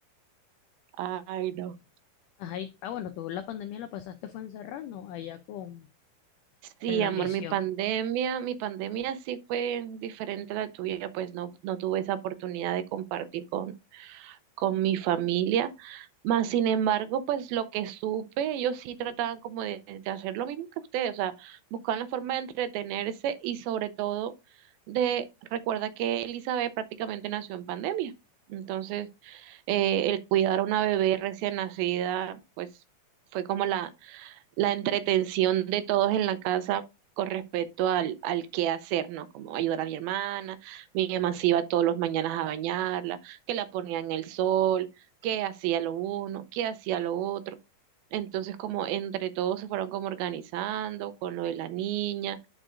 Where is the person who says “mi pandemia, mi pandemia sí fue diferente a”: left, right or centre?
Right